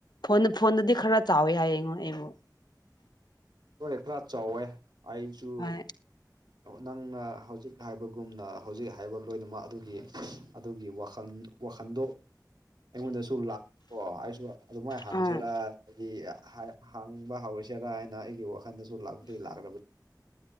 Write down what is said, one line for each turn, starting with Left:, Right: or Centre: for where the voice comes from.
Left: ꯐꯣꯟ ꯐꯣꯟꯗꯗꯤ ꯈꯔ ꯆꯥꯎꯋꯤ ꯍꯥꯏꯌꯦꯉꯣ ꯑꯩꯕꯨ
Right: ꯍꯔꯦ ꯈꯔ ꯆꯥꯎꯋꯦ ꯑꯩꯁꯨ
Left: ꯍꯣꯏ
Right: ꯅꯪꯅ ꯍꯧꯖꯤꯛ ꯍꯥꯏꯕꯒꯨꯝꯅ ꯍꯧꯖꯤꯛ ꯍꯥꯏꯕ ꯂꯣꯏꯅꯃꯛ ꯑꯗꯨꯒꯤ ꯑꯗꯨꯒꯤ ꯋꯥꯈꯜ ꯋꯥꯈꯜꯗꯣ ꯑꯩꯉꯣꯟꯗꯁꯨ ꯂꯥꯛꯑꯀꯣ ꯑꯩꯁꯨ ꯑꯗꯨꯃꯥꯏꯅ ꯍꯪꯁꯤꯦꯔ
Left: ꯎꯝ
Right: ꯍꯥꯏꯗꯤ ꯍꯥꯡꯕ ꯍꯧꯁꯤꯔꯥ ꯍꯥꯏꯅ ꯑꯩꯒꯤ ꯋꯥꯈꯜ ꯟꯗꯁꯨ ꯂ ꯂꯥꯛꯕꯅꯤ